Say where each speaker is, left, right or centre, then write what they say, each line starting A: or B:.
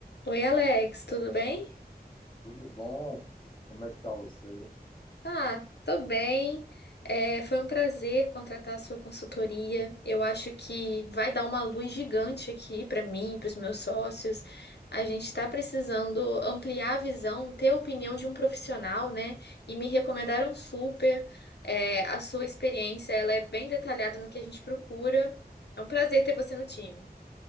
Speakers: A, on the left (about 85°); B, on the left (about 30°).
A: Oi, Alex, tudo bem?
B: Tudo bom? Como é que tá você?
A: Ah, tô bem. É, foi um prazer contratar a sua consultoria. Eu acho que vai dar uma luz gigante aqui para mim, para os meus sócios. A gente está precisando ampliar a visão, ter a opinião de um profissional, né? E me recomendaram super. É, a sua experiência, ela é bem detalhada no que a gente procura. É um prazer ter você no time.